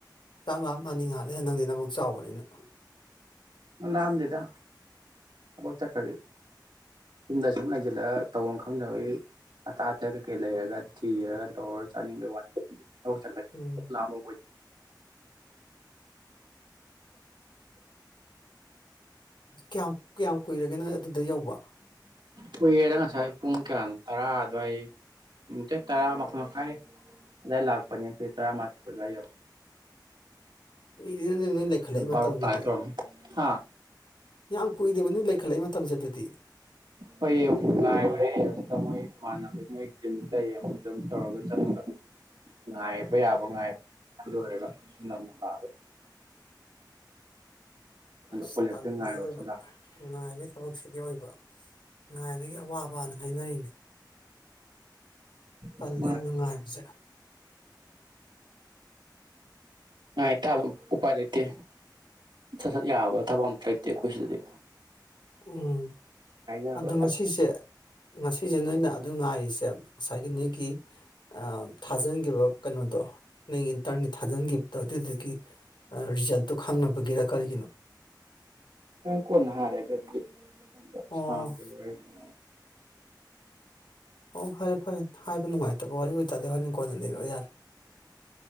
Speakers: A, on the left; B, on the right.
A: ꯆꯥꯛ ꯂꯝꯃꯛ ꯑꯅꯤ ꯉꯏꯍꯛ ꯂꯩꯔ ꯅꯪꯗꯤ ꯅꯕꯨꯛ ꯆꯥꯎꯕꯅꯤꯅ
B: ꯂꯥꯝꯗꯦꯗꯥ ꯊꯕꯛ ꯆꯠꯈ꯭ꯔꯗꯤ ꯌꯨꯝꯗ ꯁꯨꯝ ꯂꯩꯁꯤꯜꯂꯒ ꯇꯧꯐꯝ ꯈꯪꯗꯕꯩ ꯑꯇꯥ ꯑꯊꯛ ꯀꯩꯀꯩ ꯂꯩꯔꯒ ꯊꯤꯔꯒ ꯇꯧꯔꯔ ꯆꯥꯅꯤꯡꯕꯩ ꯋꯥꯅꯤ ꯊꯕꯛ ꯆꯠꯂꯥꯗꯤꯅꯦ
A: ꯎꯝ
B: ꯀꯩꯃ ꯂꯝꯕ ꯑꯣꯏꯗꯦ
A: ꯀꯌꯥꯝ ꯀꯌꯥꯝ ꯀꯨꯏꯔꯒꯦ ꯅꯣꯡ ꯑꯗꯨꯗ ꯌꯧꯕ
B: ꯀꯨꯏꯔꯦꯗ ꯉꯁꯥꯏ ꯄꯨꯡ ꯀꯌꯥꯅꯣ ꯇꯔꯥ ꯑꯗꯨꯋꯥꯏ ꯅꯥꯇꯦ ꯇꯔꯥ ꯃꯥꯄꯟ ꯃꯈꯥꯏ ꯑꯗꯨꯋꯥꯏ ꯂꯥꯛꯄꯅꯤ ꯁꯦ ꯇꯔꯥꯃꯥꯊꯣꯏ ꯑꯗꯨꯋꯥꯏ ꯌꯧꯔꯛ
A: ꯀꯨꯏꯔꯦꯅꯦ ꯅꯪ ꯅꯣꯏ ꯂꯩꯈꯠꯂꯛꯏ ꯃꯇꯝꯁꯤꯗꯤ
B: ꯕꯥꯔꯣ ꯇꯥꯒꯦ ꯇꯧꯔꯝꯃꯅꯤ ꯍꯥ
A: ꯌꯥꯝ ꯀꯨꯏꯔꯦꯕ ꯅꯣꯏ ꯂꯩꯈꯠꯂꯛꯏ ꯃꯇꯝꯁꯦ ꯑꯗꯨꯗꯤ ꯗꯤ
B: ꯍꯣꯏꯌꯦꯡ ꯉꯥꯏꯔꯨꯔꯦ ꯑꯁꯤꯗ ꯃꯣꯏ ꯏꯃꯥꯟꯅꯕ ꯃꯣꯏ ꯇꯤꯝ ꯇꯩꯌꯦ ꯗꯨꯝ ꯇꯧꯔꯒ ꯆꯪꯉꯒ ꯉꯥꯏ ꯕ ꯌꯥꯕ ꯉꯥꯏꯕ ꯂꯣꯏꯔꯒ ꯑꯃꯨꯛ ꯂꯥꯛ ꯑꯒ
A: ꯑꯁ
B: ꯀꯣꯂꯦꯖꯇ
A: ꯇꯜꯂꯤꯍꯦ
B: ꯉꯥꯏꯔꯨꯔꯁꯤꯅ
A: ꯑꯣꯏꯕ ꯉꯥꯏꯕꯩ ꯊꯕꯛꯁꯤꯗꯤ ꯑꯑꯣꯏꯕ ꯉꯥꯏꯕꯒꯤ ꯑꯋꯥꯕꯅ ꯍꯥꯏꯅꯔꯤꯅꯦ ꯇꯜꯂꯦ
B: ꯂꯥꯛꯄ
A: ꯌꯥꯝꯅ ꯉꯥꯏꯕꯁꯦ
B: ꯉꯥꯏ ꯇꯥꯕ ꯎꯄꯥꯢ ꯂꯩꯇꯦ ꯁꯠ ꯁꯠ ꯌꯥꯕ ꯊꯕꯛ ꯑꯝꯇ ꯂꯩꯇꯦ ꯑꯈꯣꯏ ꯁꯤꯗꯗꯤ
A: ꯎꯝ
B: ꯍꯥꯏꯅꯕ
A: ꯑꯗꯨ
B: ꯇꯞꯅ
A: ꯉꯁꯤꯁꯦ ꯉꯁꯤꯁꯦ ꯅꯣꯏꯅ ꯑꯗꯨ ꯉꯥꯏꯔꯤꯁꯦ ꯉꯁꯥꯏꯒꯤ ꯅꯣꯏꯒꯤ ꯑꯝ ꯊꯥꯖꯤꯟꯈꯤꯕ ꯀꯩꯅꯣꯗꯣ ꯅꯣꯏꯒꯤ ꯏꯟꯇꯔꯟꯒꯤ ꯊꯥꯖꯤꯟꯈꯤꯕꯗꯣ ꯑꯗꯨꯗꯨꯒꯤ ꯑꯥ ꯔꯤꯖꯜꯇꯣ ꯈꯪꯅꯕꯒꯤꯔ ꯀꯔꯤꯒꯤꯅꯣ
B: ꯍꯣꯔꯦꯟ ꯀꯣꯟꯅ ꯍꯥꯏꯔꯦ ꯑꯗꯨꯗꯤ ꯈꯪꯗꯦ
A: ꯑꯣ
B: ꯁꯥꯡꯒ꯭ꯔꯦ ꯋꯥꯔꯤꯁꯦ
A: ꯑꯣ ꯐꯔꯦ ꯐꯔꯦ ꯍꯥꯏꯕ ꯅꯨꯡꯉꯥꯏꯇꯕ ꯋꯥꯔꯤ ꯑꯣꯏꯇꯥꯔꯗꯤ ꯍꯣꯔꯦꯟ ꯀꯣꯟꯅ ꯂꯤꯔꯛꯏ ꯑꯣꯖ ꯌꯥꯔꯦ